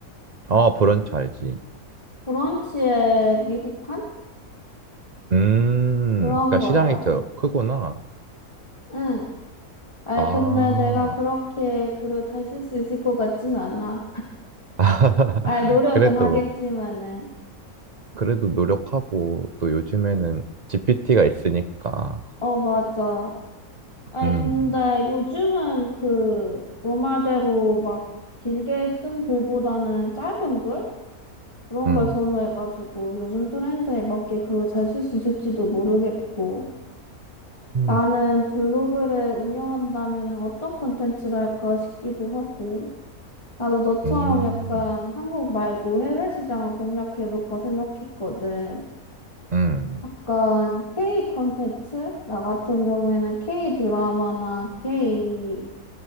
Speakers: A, on the right; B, on the left.
A: 어, 브런치 알지.
B: 브런치의 미국판?
A: 음,
B: 그런
A: 그러니까
B: 거야.
A: 시장이 더 크구나.
B: 응. 아이,
A: 아,
B: 근데 내가 그렇게 글을 잘 쓸 수 있을 것 같지는 않아.
A: <laughs>
B: 아이, 노력은
A: 그래도,
B: 하겠지만은.
A: 그래도 노력하고 또 요즘에는 GPT가 있으니까.
B: 어, 맞아. 아니,
A: 음,
B: 근데 요즘은 그, 너 말대로 막 길게 쓴 글보다는 짧은 글? 그런
A: 음,
B: 걸 선호해가지고 요즘 트렌드에 맞게 글을 잘 쓸 수 있을지도 모르겠고.
A: 음,
B: 나는 블로그를 운영한다면 어떤 콘텐츠를 할까 싶기도 하고. 나도 너처럼
A: 음,
B: 약간 한국 말고 해외 시장을 공략해볼까 생각했거든.
A: 음,
B: 약간 K 콘텐츠? 나 같은 경우에는 K 드라마나 K